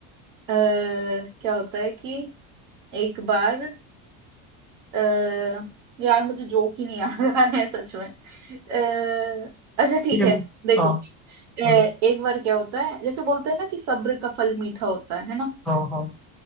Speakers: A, on the right; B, in the centre.
A: अ, क्या होता है कि एक बार अ, यार मुझे जोक ही नहीं आ रहा है सच में अ, अच्छा ठीक
B: ठीक है
A: है
B: मैम
A: देखो
B: हाँ
A: अ, एक
B: बोलो
A: बार क्या होता है जैसे बोलते हैं ना कि सब्र का फल मीठा होता है है ना
B: हाँ हाँ